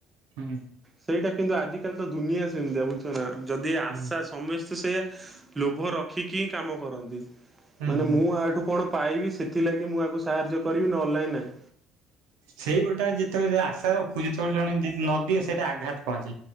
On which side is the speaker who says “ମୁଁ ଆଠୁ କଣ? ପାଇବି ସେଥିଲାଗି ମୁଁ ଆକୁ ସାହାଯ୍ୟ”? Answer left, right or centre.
Right